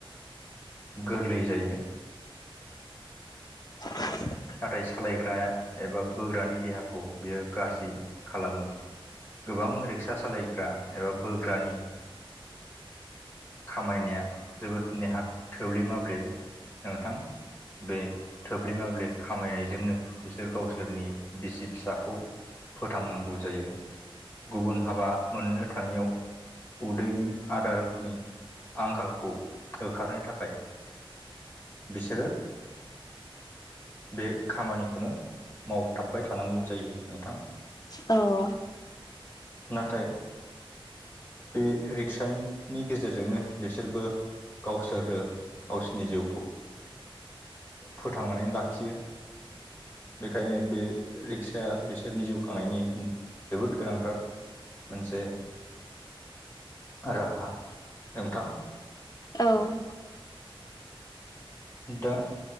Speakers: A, on the left; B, on the left.
A: गोरलै जायो।
B: <inaudible>
A: नाथाय सालायग्रा एबा बोग्रानि देहाखौ बियो गाज्रि खालामो गोबां रिक्सा सालायग्रा एबा बोग्रानि खामायनाया जोबोद नेहाथ थोब्ले माब्ले नोंथां। बे थोब्ले माब्ले खामायनायजोंनो बिसोर गावसोरनि बिसि फिसाखौ फोथांनांगौ जायो गुबुन हाबा मोननो थाङियाव उदैनि आदारनि आंखालखौ होखारनो थाखाय बिसोरो बे खामानिखौनो मावथाबबाय थानांगौ जायो नोंथां
B: औ
A: नाथाय बे रिक्सानि नि गेजेरजोंनो बिसोरबो गावसोरो गावसोरनि जिउखौ फोथांनानै लाखियो बेखायनो बे रिक्साया बिसोरनि जिउ खांनायनि जोबोद गोनांथार मोनसे राहा नोंथां
B: औ
A: दा